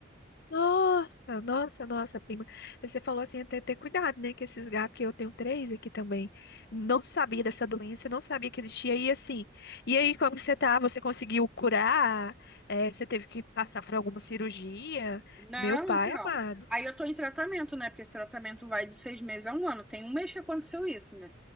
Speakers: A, on the left (about 60°); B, in the centre.
A: nossa, nossa, nossa, prima. Você falou assim, até ter cuidado, né? Que esses gatos, que eu tenho três aqui também, não sabia dessa doença, não sabia que existia. E assim, e aí, como que você tá? Você conseguiu curar? É, você teve que passar por alguma cirurgia?
B: Não,
A: Meu pai
B: então.
A: amado.
B: Aí eu tô em tratamento, né? Porque esse tratamento vai de seis meses a um ano. Tem um mês que aconteceu isso, né?